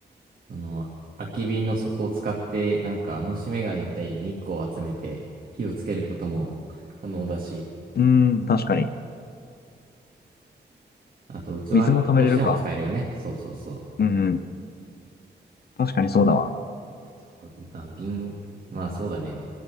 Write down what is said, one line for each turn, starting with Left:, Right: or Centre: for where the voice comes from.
Right: その、空き瓶の底を使って、なんか虫眼鏡みたいに日光を集めて火をつけることも可能だし、
Left: うん、確かに。
Right: あと器としても使えるよね。
Left: 水も溜めれるか。
Right: そうそうそう。
Left: うんうん。確かにそうだわ。
Right: そうまあ、瓶、まあそうだね。